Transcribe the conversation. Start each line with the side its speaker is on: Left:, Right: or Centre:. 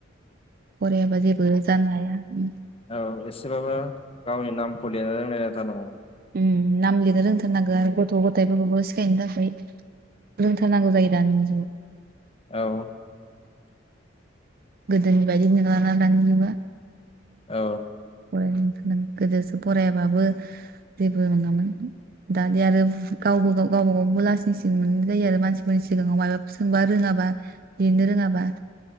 Right: फरायाबा जेबो जानो हाया उम
Left: औ एसेबाबो गावनि नामफोर लेरनो रोंनाय जाथारनांगौ
Right: ओम नाम लिरनो रोंथारनांगौ आरो गथ' गथथायफोरखौबो सिखायनो थाखाय रोंथार नांगौ जायो दानि जुगाव
Left: औ
Right: गोदोनि बायदि नोंला ना दानि जुगा
Left: औ
Right: फरायनो रोंथारनांगौ गोदोसो फरायाबाबो जेबो नङामोन। दादि आरो गावबो गाव गावबागावबो लासिं सिं मोननाय जायो आरो मानसिफोरनि सिगाङाव माबाफोर सोंबा रोङाबा बा लिरनो रोङाबा